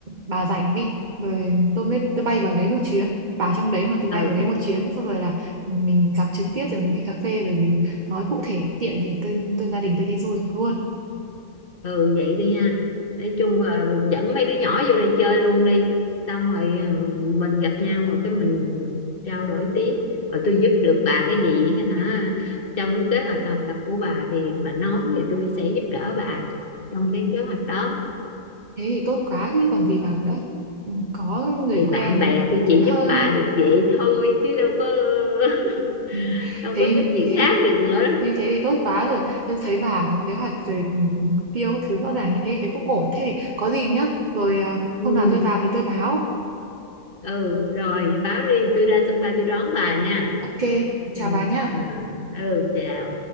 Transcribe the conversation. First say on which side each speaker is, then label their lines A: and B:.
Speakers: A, on the right (about 40°); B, on the left (about 40°).
A: bà rảnh đi rồi tôi mới tôi bay vào đấy một chuyến bà trong đấy mà tôi bay
B: ừ
A: vào đấy một chuyến xong rồi là mình gặp trực tiếp rồi mình đi cà phê rồi mình nói cụ thể tiện thì tôi tôi gia đình tôi đi du lịch luôn
B: ừ vậy đi ha nói chung là dẫn mấy đứa nhỏ vô đây chơi luôn đi xong rồi ừ, mình gặp nhau rồi cái mình trao đổi tiếp rồi tôi giúp được bà cái gì hả trong cái kế hoạch học tập của bà thì bà nói thì tôi sẽ giúp đỡ bà trong cái kế hoạch đó
A: thế thì tốt quá chứ còn gì bằng nữa Ừ, có người
B: thì
A: quen
B: bạn bè
A: thì
B: tôi
A: vẫn
B: chỉ
A: hơn
B: giúp bà được vậy thôi chứ đâu có <laughs>
A: ừ.
B: đâu
A: thế
B: có giúp
A: như
B: gì
A: thế
B: khác được nữa
A: như thế thì tốt quá rồi tôi thấy bà có kế hoạch rồi ừ, mục tiêu các thứ rõ ràng như thế thì cũng ổn thế thì có gì nhá rồi ờ,
B: ừ
A: hôm nào tôi vào thì tôi báo
B: ừ rồi báo đi tôi ra sân bay tôi đón bà nha
A: ok chào
B: ừ,
A: bà nhá
B: rồi. ừ chào